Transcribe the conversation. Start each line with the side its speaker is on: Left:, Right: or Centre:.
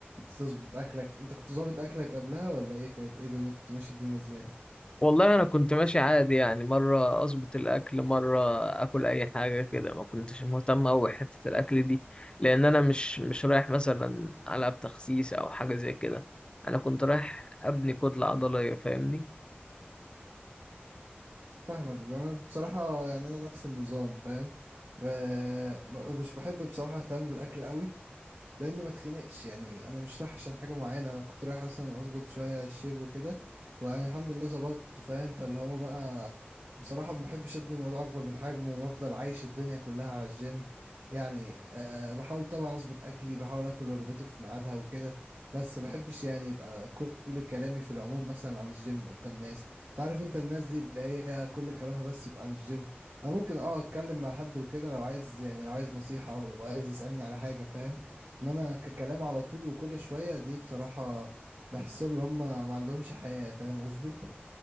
Right: تظبط اكلك انت كنت ظابط اكلك قبلها ولا ايه كانت ايه الدنيا كنت ماشي الدنيا ازاي
Left: والله انا كنت ماشي عادي يعني مره اظبط الاكل مره اكل اي حاجه كده ما كنتش مهتم اوي حته الاكل دي لان انا مش مش رايح مثلا العب تخسيس او حاجه زي كده انا كنت رايح ابني كتله عضليه فاهمني
Right: فاهمك بس انا بصراحة يعني انا نفس النظام فاهم آه، م- مش بحب بصراحة اهتم بالاكل قوي لان ما اتخنقش يعني انا مش رايح عشان حاجه معينه انا كنت رايح اصلا اظبط شويه الشيب وكده ويعني الحمد لله ظبطته فاهم فاللي هو بقى بصراحه ما بحبش ادي الموضوع اكبر من حجمه وافضل عايش الدنيا كلها على الجيم يعني أه بحاول طبعا اظبط اكلي بحاول اكل وجباتي في ميعادها وكده بس ما بحبش يعني يبقى كل كلامي في العموم مثلا عن الجيم قدام ناس تعرف انت الناس دي اللي هي كل كلامها بس يبقى عن الجيم انا ممكن اه اتكلم مع حد وكده لو عايز يعني لو عايز نصيحه او عايز يسالني على حاجه فاهم انما ككلام على طول وكل شوية دي بصراحة بحسهم ان هم ما عندهمش حياة فاهم قصدي